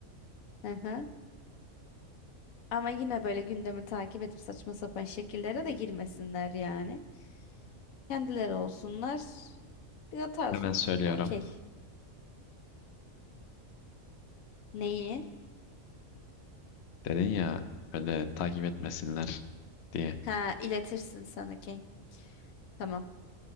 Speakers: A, on the left; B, on the left.
A: Hı hı. Ama yine böyle gündemi takip edip saçma sapan şekillere de girmesinler yani. Kendileri olsunlar. Bir de tarz
B: Hemen
A: olsun.
B: söylüyorum.
A: Okey. Neyi?
B: Dedin ya öyle takip etmesinler diye.
A: Ha iletirsin sen okey. Tamam.